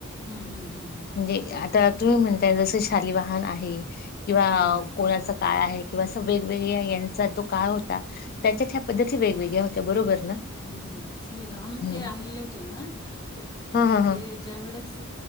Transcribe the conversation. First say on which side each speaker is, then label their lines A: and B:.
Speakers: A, on the left; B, on the left.
A: हम्म हम्म हम्म हम्म
B: म्हणजे आता, तुम्ही म्हणताय जस शालीवाहन आहे किंवा
A: हम्म.
B: कोळ त्याचा काळ आहे किंवा अस वेगवेगळे यांचा तो काळ होता. त्याच्यात या पद्धती वेगवेगळ्या होत्या बरोबर ना.
A: हम्म, श्री राम
B: हम्म
A: ते आलेले होते ना, तर
B: हा हा
A: ते
B: हा
A: ज्या वेळेस